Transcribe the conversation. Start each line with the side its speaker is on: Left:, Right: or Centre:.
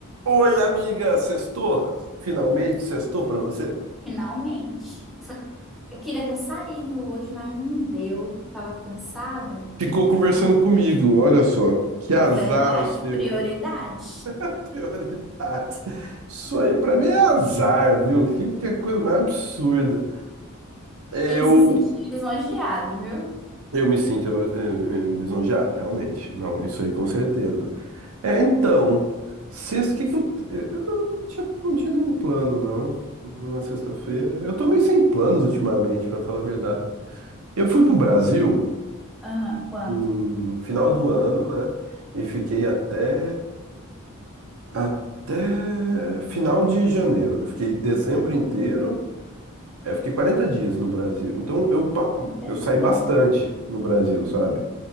Right: Oi, amiga, sextou? Finalmente sextou pra você?
Centre: Finalmente. Só que eu queria ter saído hoje, mas não deu. Tava cansada.
Right: Ficou conversando
Centre: Mas,
Right: comigo, olha só. Que azar
Centre: verdade,
Right: o seu,
Centre: prioridade.
Right: hein? <laughs> Prioridades. Isso aí pra mim é azar, viu? Que, que coisa mais absurda.
Centre: <laughs>
Right: Eu,
Centre: Tem que se sentir elogiado, viu?
Right: eu me sinto elo- eh, eh, lisonjeado, realmente. Não, isso aí com certeza. É, então, sexta, o que que eu... eh, eu Não, não tinha, não tinha nenhum plano, não, na sexta-feira. Eu tô meio sem planos ultimamente, pra falar a verdade. Eu fui pro Brasil...
Centre: Aham, quando?
Right: no final do ano, né? E fiquei até até final de janeiro. Eu fiquei dezembro inteiro.
Centre: Hum,
Right: é, Eu fiquei 40 dias no Brasil. Então eu, pa-
Centre: é um tempo
Right: eu saí bastante
Centre: bom.
Right: no Brasil, sabe?